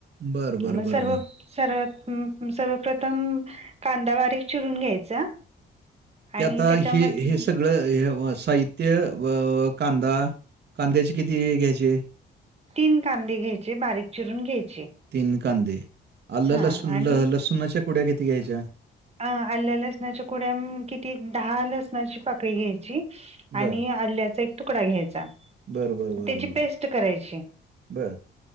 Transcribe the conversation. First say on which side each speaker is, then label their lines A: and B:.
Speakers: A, on the right; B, on the right.
A: बर बर
B: म
A: बर
B: सर्व
A: बर
B: सर्वात-सर्वप्रथम कांदा बारीक चिरून घ्यायचा.
A: त्यात
B: आणि
A: आणखी
B: त्याच्यामध्ये
A: हे सगळं हे साहि त्य व कांदा, कांद्याचे किती हे घ्यायचे.
B: तीन कांदे घ्यायचे बारीक चिरून घ्यायचे.
A: तीन कांदे आल
B: हा
A: लसुन,
B: आणि
A: ल-लसुणाच्या कुड्या किती घ्यायच्या?
B: अ आल लसणाच्या कुड्या मं किती दहा लसणाची पाकळी घ्यायची.
A: बर
B: आणि आल्याचा एक तुकडा घ्यायचा
A: बर बर बर
B: त्याची
A: बर बर
B: पेस्ट करायची.
A: बर